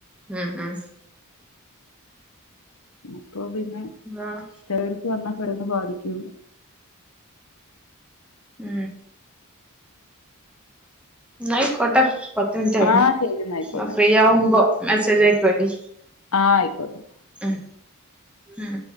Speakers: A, in the centre; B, on the left.
A: ഉം ഉം
B: അപ്പൊ പിന്നെ
A: ആഹ്
B: ചേലോൽക്ക് വന്നാപരന്ന്ബാധിക്കും
A: ഉം ന്നാ അയിക്കോട്ടെ പത്ത് മിനിറ്റ് ആയിണ്‌
B: ആ ശരി എന്നാ ആയിക്കോട്ടെ
A: ന്ന ഫ്രീ ആവുമ്പോ മെസ്സേജ്‌ അയക്കണ്ടി
B: ആഹ് ആയ്ക്കോട്ടെ
A: ഉം ഉം